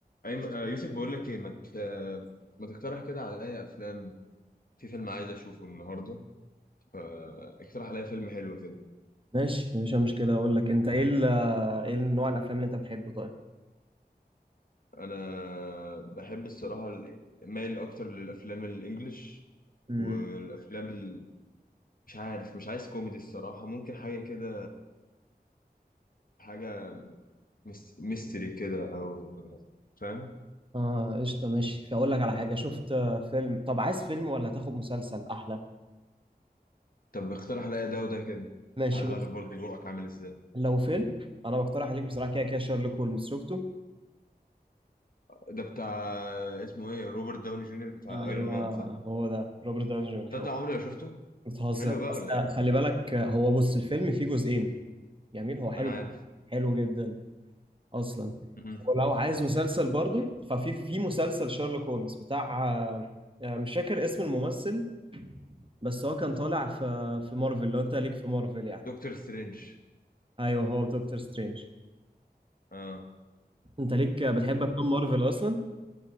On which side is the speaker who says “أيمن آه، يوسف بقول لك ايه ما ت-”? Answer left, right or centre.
Left